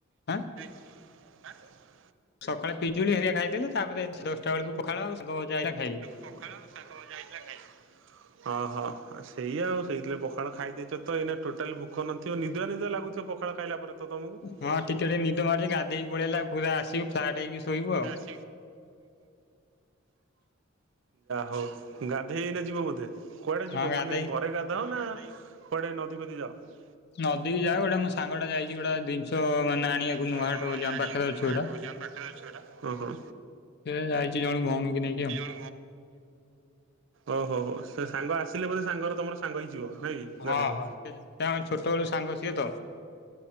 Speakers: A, on the left; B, on the right.
A: ଆଁ
B: <unintelligible>
A: ସକାଳେ ପିଜୁଳି ହେରିଆ ଖାଇଥିଲି ତାପରେ ଦଶଟା ବେଳକୁ ପଖାଳ ଆଉ ଶାଗ ଭଜା ହରିଡା ଖାଇଲି।
B: ପଖାଳ ଆଉ ଶାଗ ଭଜା ହେଇଥିଲା ଖାଇଲି।। ହଁ ହଁ ଆ ସେଇୟା ଆଉ ସେଇଥି ପାଇଁ ପଖାଳ ଖାଇ ଦେଇଛ ତ ଏଇନା ଟୋଟାଲ ଭୋକ ନ ଥିବ ନିଦଆ ନିଦଆ ଲାଗୁଥିବ ପଖାଳ ଖାଇଲା ପରେ ତମକୁ।
A: ହଁ ଟିକେ ଟିକେ ନିଦ ମାରଛି ଗଧୋଇ କି ପଳେଇ ଆଇଲେ ପୁରା ଆସିବୁ ଫ୍ଲାଟ ହେଇକି ଶୋଇବୁ ଆଉ।
B: <unintelligible> ଯା ହଉ ଗାଧେଇ ଏଇନା ଯିବ ବୋଧେ। କୁଆଡେ ଯିବ
A: ହଁ ଗାଧେଇ
B: ମାନେ ଘରେ ଗାଧାଅ ନା କୁଆଡେ ନଦୀ ଫଦୀ ଯାଅ।
A: ନଦୀ କି ଯାଉ ଗୋଟା ମୋ ସାଙ୍ଗ ଟା ଯାଇଛି ଗୋଟା ଜିନିଷ ମାନେ ଆଣିବାକୁ।
B: ଜିନିଷ
A: ନୂଆହାଟ
B: ମାନେ
A: ବୋଲି ଆମ
B: ଆଣିବାକୁ
A: ପାଖରେ
B: ନୂଆ
A: ଅଛି ଗୋଟେ
B: ହାଟ ବୋଲି ଆମ ପାଖରେ ଅଛି ଗୋଟା।
A: ସେ ଯାଇଛି ଜଣେ ଭଉଣୀ କି ନେଇକି ଆଉ ‌।
B: <unintelligible> ଓ ହୋ ହୋ ସେ ସାଙ୍ଗ ଆସିଲେ ବୋଧେ ସାଙ୍ଗର ତମର ସାଙ୍ଗ ହେଇଯିବ। ନାଇଁ କି ଗାଧେଇ
A: ହଁ
B: ବ।
A: ହଁ ତାଙ୍କ ଛୋଟବେଳୁ ସାଙ୍ଗ ସିଏ ତ